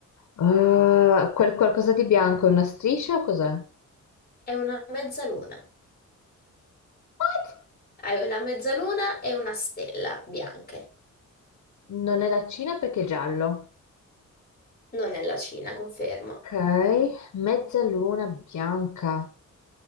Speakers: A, on the left (about 70°); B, on the left (about 30°).
A: Eh, quel qualcosa di bianco è una striscia o cos'è?
B: è una mezzaluna.
A: What?
B: Hai una mezzaluna e una stella bianche.
A: Non è la Cina perché è giallo.
B: Non è la Cina, confermo.
A: Ok, mezzaluna bianca.